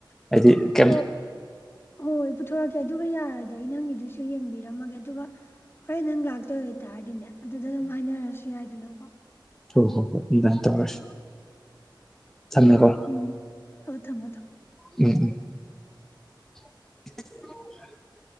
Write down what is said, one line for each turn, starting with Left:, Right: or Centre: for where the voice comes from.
Centre: ꯍꯥꯏꯗꯤ ꯀꯩꯝ
Left: ꯑꯣ ꯍꯣꯏ ꯍꯣꯏ ꯄꯨꯊꯣꯔꯛꯀꯦ ꯑꯗꯨꯕꯨ ꯌꯥꯔꯗꯤ ꯑꯩ ꯅꯪꯒꯤꯗꯨꯁꯨ ꯁꯨ ꯌꯦꯡꯕꯤꯔꯝꯃꯒꯦ ꯑꯗꯨꯒ ꯍꯣꯔꯦꯟ ꯅꯪ ꯂꯥꯛꯇꯣꯏ ꯑꯣꯏꯇꯥꯔꯗꯤꯅꯦ ꯑꯗꯨꯗ ꯑꯗꯨꯝ ꯍꯥꯏꯅꯔꯁꯨ ꯌꯥꯏꯗꯅꯀꯣ
Centre: ꯍꯣꯏ ꯍꯣꯏ ꯍꯣꯏ ꯑꯗꯨꯃꯥꯏꯅ ꯇꯧꯔꯁꯤ ꯊꯝꯃꯦꯀꯣ
Left: ꯍꯣꯏ ꯎꯝ ꯑꯣ ꯊꯝꯃꯣ ꯊꯝꯃꯣ
Centre: ꯎꯝ ꯎꯝ <inaudible>